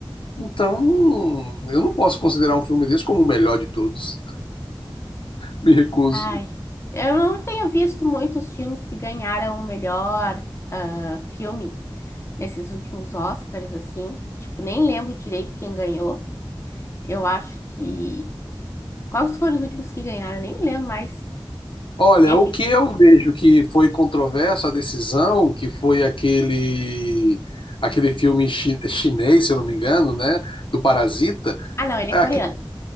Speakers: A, on the left (about 65°); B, on the left (about 30°).
A: Então, eu não posso considerar um filme desse como o melhor de todos. Me recuso.
B: Ai, eu não tenho visto muitos filmes que ganharam o melhor ah, filme nesses últimos Oscars, assim. Tipo, nem lembro direito quem ganhou. Eu acho que. Quais foram os últimos que ganharam? Eu Nem me lembro mais.
A: Olha,
B: Quem é
A: o
B: que.
A: que eu vejo que foi controverso a decisão, que foi aquele aquele filme chi- chinês, se eu não me engano, né, do Parasita,
B: Ah, não, ele
A: aque-
B: é coreano.